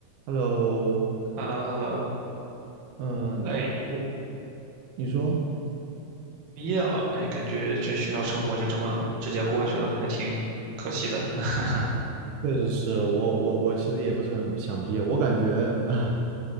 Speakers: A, on the right; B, on the right.
A: Hello，
B: h e l l o h e l l o
A: 嗯，
B: 哎，我
A: 你说，
B: 毕业了，哎，感觉这学校生活就这么直接过去了，还挺可惜的。<laughs>
A: 确实是我我我其实也不是很想毕业，我感觉啊，